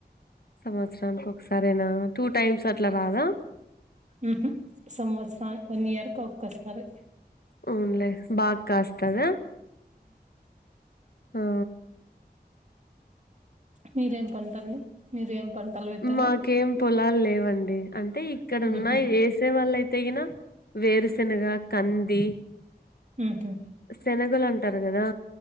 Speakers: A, on the left (about 65°); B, on the right (about 45°).
A: సంవత్సరానికి ఒకసారేనా టూ టైమ్స్ అట్లా కాదా
B: ఉహూ సంవత్సర వన్ ఇయర్ కి ఒక్కసారి
A: అవునులే బాకాస్తదా ఆ
B: మీదేం పంటండి మీది ఏం పంటలు పెట్టారా?
A: మాకేం పొలాలు లేవండి అంటే ఇక్కడ ఉన్నా
B: ఉహు
A: వేసే వాళ్ళయితేవాళ్ళు గిన వేరుశెనగ కంది
B: ఉహూ
A: శనగలు అంటారు కదా